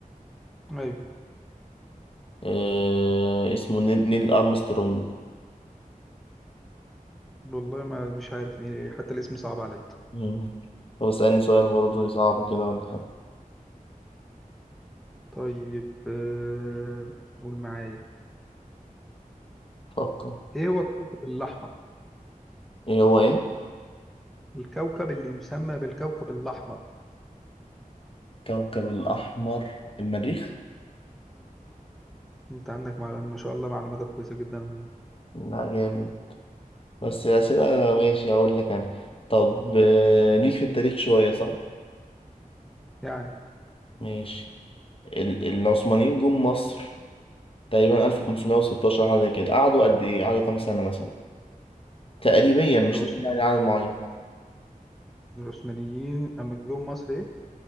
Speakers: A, in the centre; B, on the left.
A: أيوة
B: آه اسمه نيل, نيل أرمسترونج
A: والله ما مش عارف مين إيه. حتى الاسم صعب عليا
B: مم. طب اسألني سؤال برضه صعب كده ولا حاجة
A: طيب آه، قول معايا
B: فكر
A: ايه هو الكوكب الأحمر؟
B: إيه هو إيه؟
A: الكوكب اللي يسمى بالكوكب الأحمر
B: كوكب الأحمر المريخ؟
A: انت عندك معلومة ما شاء الله معلوماتك كويسة جدا
B: لا جامد بس أسئلة ماشي هقول لك أنا طب آه، ليك في التاريخ شوية صح؟
A: يعني
B: ماشي ال- العثمانيين جم مصر تقريبا 1516 حاجة زي كده قعدوا قد إيه؟ قعدوا كام سنة مثلا؟ تقريبا مش
A: العثم...
B: لازم يعني عدد معين
A: العثمانيين أما جم مصر ايه؟